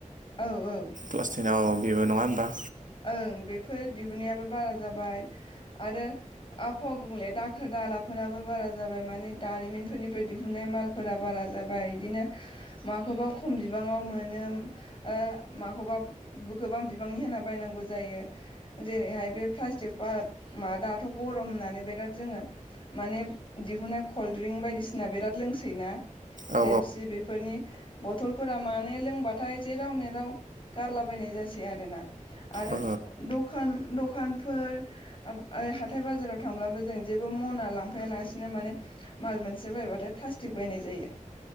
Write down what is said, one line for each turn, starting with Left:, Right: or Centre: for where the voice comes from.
Left: औ औ।
Right: क्लास टेनाव बेबो नङा होमबा?
Left: ओं बेफोर दिहुननायाबो बारा जाबाय आरो आबहावा गुबुंले दाखोर दालाफोराबो बारा जाबाय माने दारिमिनफोरनिफ्राय दिहुननाय माल फोरा बारा जाबाय इदिनो माखौबा खम बिबाङाव मोनो ओ माखौबा गोबां बिबांनि होना बायनांगौ जायो। जेरैहाय बे प्लास्टिकफ्रा मा दाथ' गरम होननानै बिराद जोङो माने दिहुनाय कल्डड्रिंक बायदिसिना बिराद लोंसोयो ना?
Right: औ
Left: पेफसि बे फोरनि बथलफोरा माने लोंबाथाय जेराव मेराव गारलाबायनाय जासै आरोना। आरो
Right: औ
Left: दखान दखानफोर आम आ हाथाय बाजाराव थांब्लाबो जों जेबो मना लांफायालासिनो माने माल मोनसे बायबाथाय प्लास्टिक बायनाय जायो।